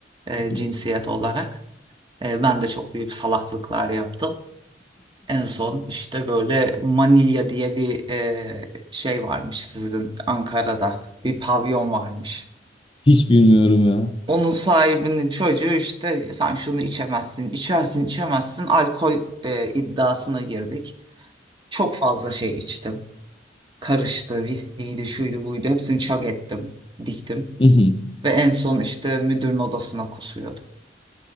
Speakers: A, on the right; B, on the left.
A: e,
B: <laughs>
A: cinsiyet olarak. E, ben de çok büyük salaklıklar yaptım. En son işte böyle Manilya diye bir e, şey varmış sizin Ankara'da bir pavyon varmış.
B: Hiç bilmiyorum ya.
A: Onun sahibinin çocuğu işte sen şunu içemezsin, içersin, içemezsin alkol e, iddiasına girdik. Çok fazla şey içtim. Karıştı, viskiydi, şuydu buydu hepsini çak ettim, diktim.
B: <laughs>
A: Ve en son işte müdürün odasına kusuyordu.